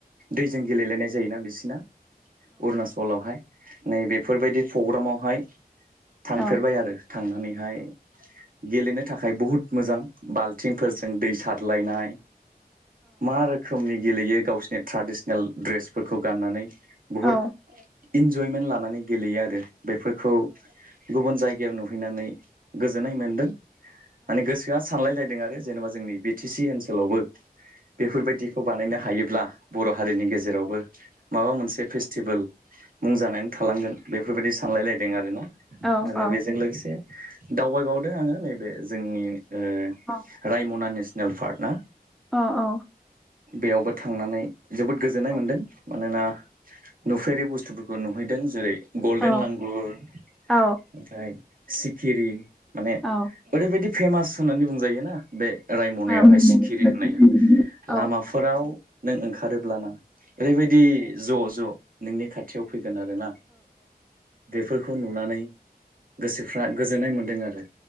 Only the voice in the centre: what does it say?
औ
औ।
औ
औ
औ
अ औ।
औ
औ
औ
औ
औ उम
औ